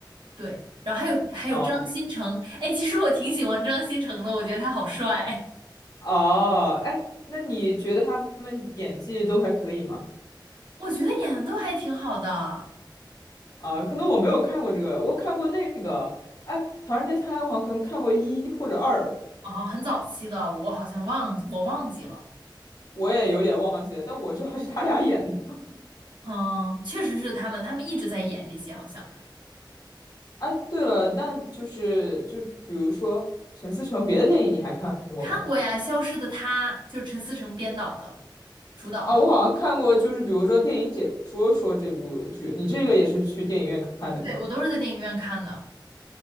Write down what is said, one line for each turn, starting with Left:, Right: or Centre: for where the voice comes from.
Right: 对，然后还有还有张新成，
Left: 啊
Right: 哎，其实我挺喜欢张新成的，我觉得他好帅，
Left: 哦，哎，那你觉得他们演技都还可以吗？
Right: <laughs> 我觉得演的都还挺好的。
Left: 啊，可能我没有看过这个，我看过那个，哎，《唐人街探案》我好像可能看过一或者二，
Right: 啊，很早期的，我好像忘我忘记了。
Left: 我也有点忘记了，但我知道是他俩演的。
Right: 嗯，确实是他们，他们一直在演这些，好像
Left: 哎，对了，那就是就比如说陈思诚别的电影你还看过吗？
Right: 看过呀，《消失的她》就陈思诚编导的，主导的，
Left: 哦，我好像看过，就是比如说电影解说说这部剧，你这个也是去电影院看的吗？
Right: 对，我都是在电影院看的。